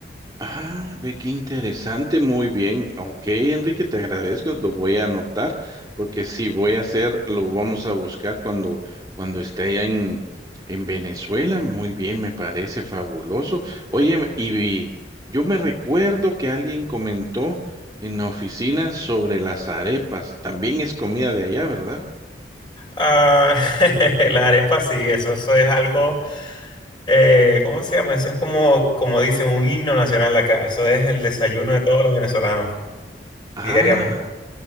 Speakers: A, on the right (about 20°); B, on the left (about 25°).
A: Ah, ve qué interesante, muy bien. Ok, Enrique, te agradezco, lo voy a anotar, porque si voy a hacer, lo vamos a buscar cuando, cuando esté allá en, en Venezuela. Muy bien, me parece fabuloso. Oye, y, vi- yo me recuerdo que alguien comentó en la oficina sobre las arepas. También es comida de allá, ¿verdad?
B: Ah, <laughs> las arepas sí, eso, eso es algo, eh, ¿cómo se llama? Eso es como, como dicen, un himno nacional de acá. Eso es el desayuno de todos los venezolanos,
A: Ah,
B: diariamente.